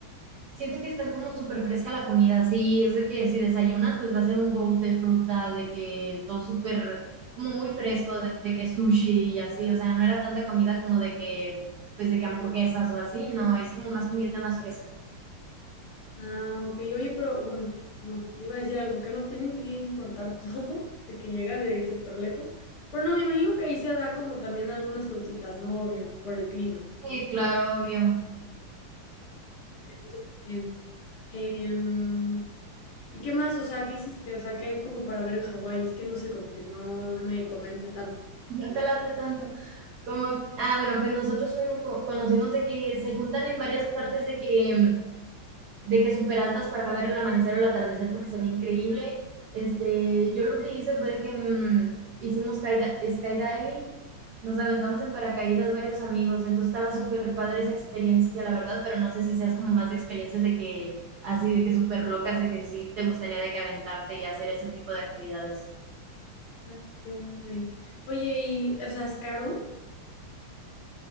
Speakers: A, on the right; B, on the left.
A: Siento que está como súper fresca la comida, sí, es de que si desayunas, pues va a ser un bowl de fruta, de que todo súper, como muy fresco, de, de que sushi y así, o sea, no era tanta comida como de que, pues de que hamburguesas o así, no, es como más comida más fresca.
B: Ah, ok, oye, pero bueno, no, me iba a decir algo, que no tienen que importar <laughs> todo, de que llega de súper lejos. Pero no, me imagino que ahí se da como también algunas frutitas, ¿no? Obvio, por el clima.
A: Sí, claro, obvio.
B: Eso también. Em, ¿y qué más? O sea, ¿qué hiciste? O sea, ¿qué hay como para ver en Hawái? Es que no sé, como que no me convence tanto.
A: No te late tanto. Como, ah, bueno, pues nosotros fuimos, co- conocimos de que se juntan en varias partes de que mm, de que súper altas para ver el amanecer o el atardecer porque se ve increíble. Este, yo lo que hice fue de que mmm, hicimos skydiving, nos aventamos en paracaídas varios amigos, entonces estaba súper padre esa experiencia, la verdad, pero no sé si seas como más de experiencias de que así, de que súper locas, de que sí te gustaría de que aventarte y hacer ese tipo de actividades.
B: Ah, sí. Oye, y, o sea, ¿es caro?